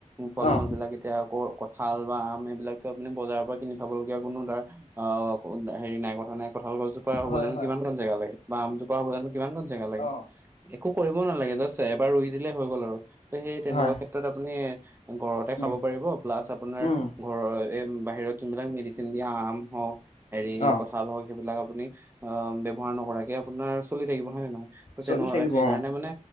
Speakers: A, on the right; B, on the left.
A: ফল-মূল
B: অ
A: বিলাক এতিয়া আকৌ কঠাল বা আম এইবিলাকতো আপুনি বজাৰৰ পৰা কিনি খাব লগীয়া কোনো ধৰা অ' হেৰি নাই মানে কঁঠাল গছজোপা হ'বলেনো
B: হয় হয়
A: কিমান কন জেগা লাগে বা আমজোপা হ'বলেনো কিমান কন জেগা লাগে?
B: অ
A: একো কৰিব নালাগে জাচ এবাৰ ৰুই দিলে হৈ গল আৰু, ত' সেই তেনেকুৱা
B: হয়
A: ক্ষেত্ৰত আপুনি ঘৰতে
B: উম
A: খাব পাৰিব প্লাছ আপোনাৰ
B: উম
A: ঘৰৰ এই বাহিৰত যোনবিলাক মেডিচিন দিয়া আম হওক হেৰি
B: অ
A: কঠাল হওক সেইবিলাক আপুনি অ' ব্যৱহাৰ নকৰাকে আপোনাৰ চলি থাকিব হয় নে নহয়? ত তেনকা
B: চলি থাকিব
A: সেইকাৰণে
B: অ
A: মানে,